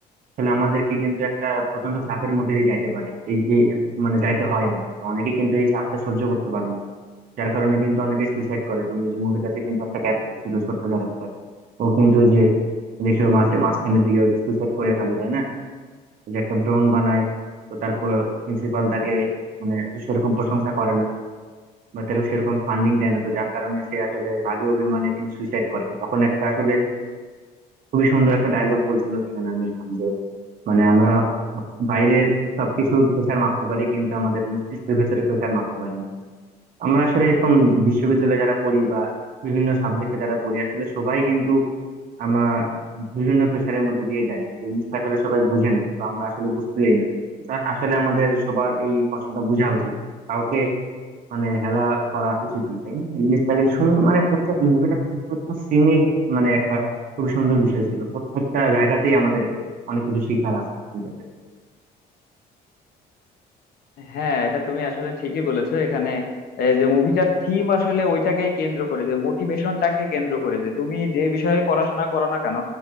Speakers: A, on the right (about 55°); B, on the left (about 65°).
A: তাহলে আমাদেরকে কিন্তু একটা প্রচন্ড চাপের মধ্যে দিয়ে যাইতে পারে এই এই, মানে যাইতে হয় আর কি তো অনেকে কিন্তু এই চাপটা সহ্য করতে পারে না যার কারণে কিন্তু অনেকে সুইসাইড করে তুমি এই যে মুভিটাতে কিন্তু একটা ক্যারেক্টার ছিল ছোট্ট ক্যারেক্টার ও কিন্তু ওই যে দেখো মাঝে মাঝখানের দিকে ওই যে সুইসাইড করে ফেলে তাই না ওই যে একটা ড্রোন বানায় তো তারপর প্রিন্সিপাল তাকে মানে সেরকম প্রশংসা করে না বা তার সেরকম ফান্ডিং দেয় না তো যার কারণে সে আসলে রাগে অভিমানে কিন্তু সুইসাইড করে তো তখন একটা আসলে খুবই সুন্দর একটা ডায়লগ বলছিল সেখানে আমির খান যে মানে আমরা বাইরের সবকিছুর প্রেশার মাপতে পারি কিন্তু আমাদের মস্তিষ্কের ভেতরে প্রেশার মাপতে পারি না আমরা আসলে এখন বিশ্ববিদ্যালয়ে যারা পড়ি বা বিভিন্ন সাবজেক্টে যারা পড়ি আসলে সবাই কিন্তু আমরা বিভিন্ন প্রেশারের মধ্যে দিয়ে যাই কিন্তু এই জিনিসটা আসলে সবাই বুঝে না তো আমরা আসলে বুঝতে যাই না তা আসলে আমাদের সবার এই কষ্টটা বোঝা উচিত কাউকে মানে হেলা করা উচিত না তাই না এই জিনিসটা কিন্তু সুন্দর মানে প্রত্যেক মুভিটা প্রত্যেকটা সিনের মানে একটা খুবই সুন্দর বিষয় ছিল প্রত্যেকটা জায়গাতেই আমাদের অনেক কিছু শিখার আছে মুভিটাতে
B: হ্যাঁ এটা তুমি আসলে ঠিকই বলেছো এখানে এই যে মুভিটার থিম আসলে ওইটাকেই কেন্দ্র করে যে মোটিভেশনটাকে কেন্দ্র করে যে তুমি যে বিষয়ে পড়াশোনা করো না কেন